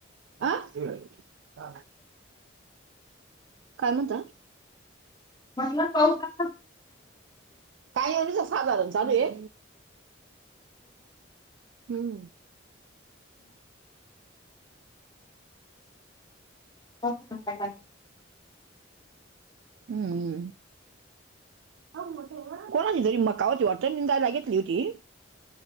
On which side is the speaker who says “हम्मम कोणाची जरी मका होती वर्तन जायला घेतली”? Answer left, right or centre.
Right